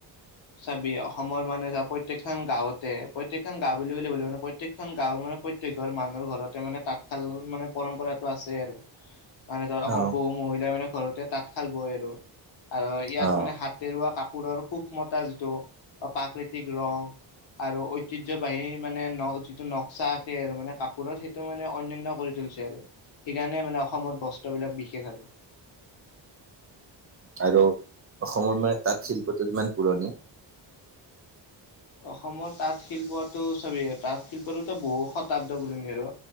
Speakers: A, on the left; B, on the right.
A: চাবি অসমৰ মানে প্ৰত্যেকখন গাঁওঁতে প্ৰত্েকখন গাও ব বুলি ভলে মানে প্ৰত্েকখন গাঁওৰ মান প্ৰত্য়েক ঘৰ মানুহৰ ঘৰতে মানে তাঁতশাল মানে পৰম্পৰাটো আছে আৰু মানে ধৰ আৰ
B: অ
A: বহু মহিলাই মানে ঘৰতে তাঁত খাল বই আৰু ইয়াত
B: অ
A: মানে হাতেৰুৱা কাপ <unintelligible> সুখ মতে আজিতো, প্ৰাকৃতিক <unintelligible> আৰু ঐতিহ্যবাহী মানে যিটো নক্সা আকে আৰু মানে কাপোৰত সেইটো মানে অনন্যান কৰি থ <unintelligible> আৰু, সেইকাৰণে মানে অসমত বস্ত্ৰবলাক বিশেষ আৰু।
B: আৰু, অসমৰ মানে তাঁত শিল্পটো কিমান পুৰণি?
A: অসমৰ তাঁত শিল্পতটো চবেই তাঁত শিল্পটোতো বহুত শতাব্দ পুৰণি আৰু,